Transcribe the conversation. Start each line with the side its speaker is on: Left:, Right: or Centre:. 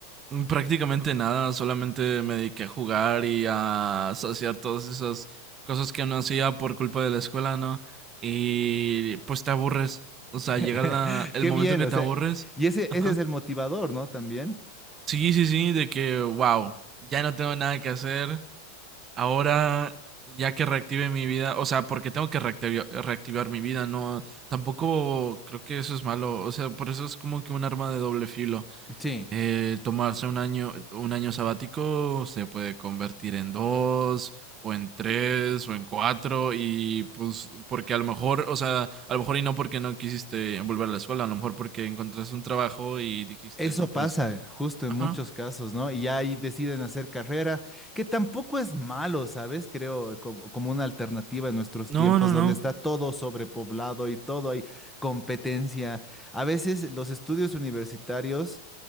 Right: Mm, Prácticamente nada, solamente me dediqué a jugar y a saciar todas esas cosas que no hacía por culpa de la escuela, ¿no? Y pues te aburres. O sea,
Centre: <laughs>
Right: llega la- el
Centre: Qué
Right: momento
Centre: bien,
Right: en que
Centre: o
Right: te
Centre: sea,
Right: aburres.
Centre: y ese,
Right: Ajá.
Centre: ese es el motivador, ¿no? También.
Right: Sí, sí, sí, de que, wow, ya no tengo nada que hacer. Ahora, ya que reactive mi vida, o sea, porque tengo que reactivar, reactivar mi vida, no, tampoco creo que eso es malo, o sea, por eso es como que un arma de doble filo.
Centre: sí
Right: Eh, tomarse un año, un año sabático se puede convertir en dos, o en tres, o en cuatro, y pues porque a lo mejor, o sea, a lo mejor y no porque no quisiste volver a la escuela, a lo mejor porque encontraste un trabajo y dijiste,
Centre: Eso
Right: no,
Centre: pasa
Right: pues,
Centre: justo en
Right: ajá,
Centre: muchos casos, ¿no? Y ahí deciden hacer carrera, que tampoco es malo, ¿sabes? Creo como, como una alternativa en nuestros
Right: no,
Centre: tiempos
Right: no,
Centre: donde
Right: no.
Centre: está todo sobrepoblado y todo hay competencia. A veces los estudios universitarios